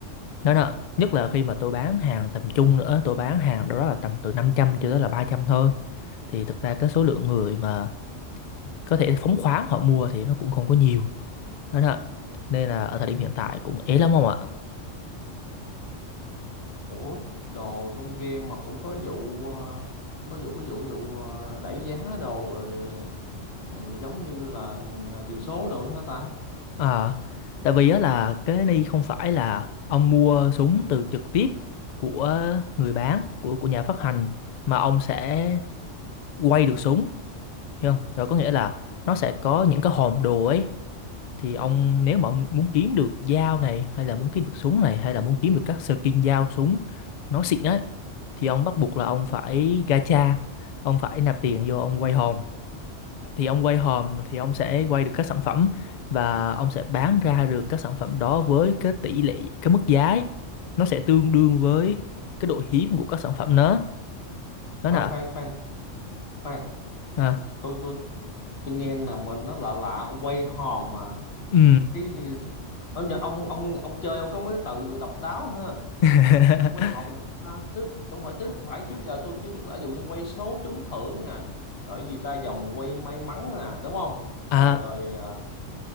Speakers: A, on the left (about 85°); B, on the left (about 55°).
A: đó nè nhất là khi mà tôi bán hàng tầm trung nữa tôi bán hàng đâu đó là tầm từ 500 cho tới là 300 thôi thì thực ra cái số lượng người mà có thể phóng khoáng họ mua thì nó cũng không có nhiều đó nè nên là ở thời điểm hiện tại cũng ế lắm ông ạ
B: ủa, đồ trong game mà cũng có vụ ờ, có vụ có vụ có vụ ờ, đẩy giá đồ rồi ờ, giống như là ờ, tiền số đồ nữa hả ta?
A: à, tại vì á là cái này không phải là ông mua súng từ trực tiếp của người bán của của nhà phát hành mà ông sẽ quay được súng hiểu không rồi có nghĩa là nó sẽ có những cái hòm đồ ấy thì ông nếu mà ông muốn kiếm được dao này hay là muốn kiếm được súng này hay là muốn kiếm được các skin dao súng nó xịn ấy thì ông bắt buộc là ông phải gacha ông phải nạp tiền vô ông quay hòm thì ông quay hòm thì ông sẽ quay được các sản phẩm và ông sẽ bán ra được các sản phẩm đó với cái tỷ lệ cái mức giá ấy. nó sẽ tương đương với cái độ hiếm của các sản phẩm đó
B: Khoan
A: đó là
B: khoan khoan khoan,
A: à,
B: tôi tôi tôi nghe là mình nó lạ lạ quay hòm mà
A: ừ
B: cái ông ông ông ông chơi ông có mấy cái từ độc đáo ha.
A: <laughs>
B: Trong quy là à, tức không phải tức phải trước giờ tôi chưa biết là ví dụ như quay số trúng thưởng nè rồi cái gì ta vòng quay may mắn nè đúng không
A: à
B: rồi rồi à,